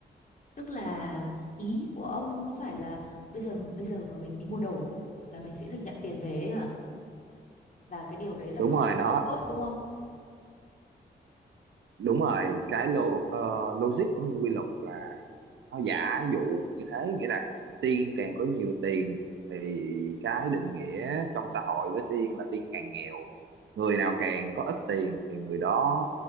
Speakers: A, on the left; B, on the right.
A: Tức là ý của ông có phải là bây giờ bây giờ mà mình đi mua đồ là mình sẽ được nhận tiền về ấy hả? Và cái điều đấy là
B: Đúng
A: một
B: rồi,
A: điều
B: nó
A: không tốt đúng không?
B: đúng rồi, cái lo, ờ, logic cũng như quy luật nó giả dụ như thế nghĩa là tiên càng có nhiều tiền thì cái định nghĩa trong xã hội với tiên là tiên càng nghèo người nào càng có ít tiền thì người đó